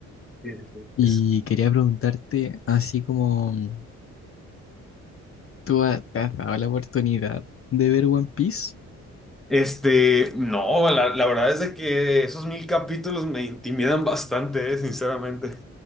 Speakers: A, in the centre; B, on the left.
A: Sí, sí,
B: Y
A: sí.
B: quería preguntarte, así como tú ha- te has dado la oportunidad de ver One Piece.
A: Este, no, la, la verdad es de que esos mil capítulos me intimidan bastante, eh, sinceramente.